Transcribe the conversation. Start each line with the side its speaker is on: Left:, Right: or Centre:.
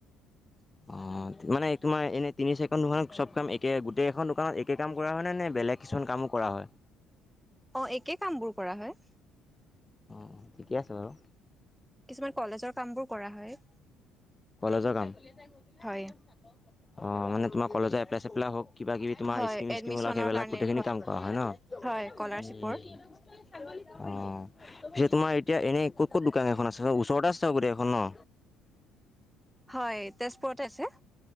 Centre: <inaudible>
Left: অঁ মানে তোমাৰ এনেই তিনি চাৰি খন দোকানত চব কাম একে গোটেই কেইখন দোকানত একে কাম কৰা হয়নে নে বেলেগ কিছুমান কামো কৰা হয়?
Centre: অ একে কামবোৰ কৰা হয়।
Left: অ অ ঠিকে আছে বাৰু।
Centre: কিছুমান কলেজৰ কাম বোৰ কৰা হয়।
Left: কলেজৰ কাম? অ
Centre: হয়
Left: মানে তোমাৰ কলেজৰ এপ্লাই চেপ্লাই হওঁক কিবা কিবি তোমাৰ
Centre: হয়
Left: স্কিম -চিস্কিম
Centre: এডমিশনৰ
Left: ওলোৱা সেইবিলাক
Centre: কাৰণে
Left: গোটেইখিনি কাম কৰা হয় ন?
Centre: হয় স্কলাৰশ্বিপৰ
Left: অহহ। পিছে তোমাৰ এতিয়া এনে ক'ত ক'ত দোকান কেইখন আছে ওচৰতে আছে চাগে গোটেই কেইখন ন?
Centre: হয় তেজপুৰতে আছে।